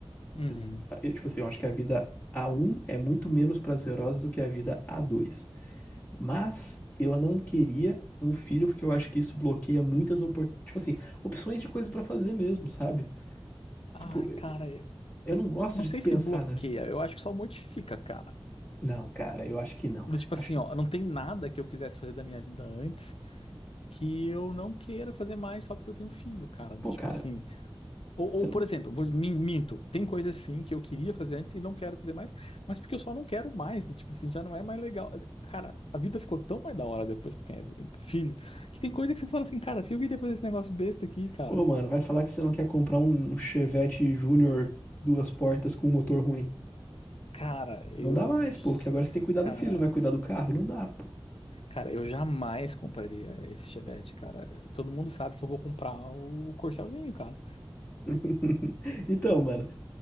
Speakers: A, on the left; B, on the left.
A: uhum.
B: Você- eu, tipo assim, eu acho que a vida a um é muito menos prazerosa do que a vida a dois. Mas eu não queria um filho porque eu acho que isso bloqueia muitas oportunidades, tipo assim, opções de coisas pra fazer mesmo, sabe?
A: Ai,
B: Tipo
A: cara, eu
B: Eu não gosto
A: não
B: de
A: sei
B: pensar
A: se bloqueia,
B: nas.
A: eu acho que só modifica, cara.
B: Não, cara, eu acho que não.
A: Do Tipo
B: Eu
A: assim,
B: acho que
A: ó, não tem nada que eu quisesse fazer da minha vida antes que eu não queira fazer mais só porque eu tenho um filho, cara. Do
B: Pô,
A: tipo
B: cara,
A: assim, Ou, ou,
B: você não.
A: por exemplo, vou- min- minto, tem coisas sim que eu queria fazer antes e não quero fazer mais, mas porque eu só não quero mais, do tipo assim, já não é mais legal. Cara, a vida ficou tão mais da hora depois que tem esse- filho, que tem coisa que você fala assim, cara, eu queria fazer esse negócio besta aqui, cara.
B: Pô, mano, vai falar que você não quer comprar um Chevette Júnior duas portas com um motor ruim.
A: Cara, eu.
B: Não dá mais, pô, porque agora você tem que cuidar
A: Cara,
B: do filho, não vai cuidar do carro. Não dá, pô.
A: cara, eu jamais compraria esse Chevette, cara. Todo mundo sabe que eu vou comprar o Corcelzinho, cara.
B: <laughs> Então, mano,